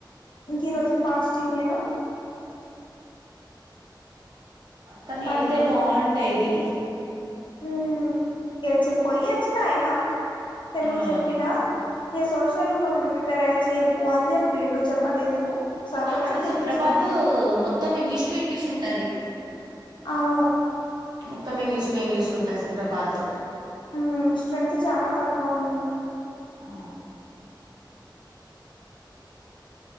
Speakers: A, on the left; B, on the right.
A: ఇంక ఈ రోజు ఫాస్టింగ్ నేను
B: కానీ
A: కళ్ళు
B: వెళ్తే బాగుండేది
A: ఉ ఏ చెప్ పోయి వచ్చినా అయినా తెలుగు
B: ఆ.
A: చెప్పినా ఇక సోషల్ కొంచెం ప్రిపేర్ అయ్యి చెప్పు అని చెప్పిండు చెప్పలేదు స కొంచెం
B: అది
A: చెప్పిన
B: సుప్రభాత్
A: స్టార్టింగ్
B: మొత్తం ఇంగ్లీష్ టు ఇంగ్లీష్ ఉంటది
A: అవును
B: మొత్తం ఇంగ్లీష్ టు ఇంగ్లీష్ ఉంటది సుప్రభాత్
A: ఉ స్ట్రాంత్ చానా తక్కువ ఉంది
B: ఆ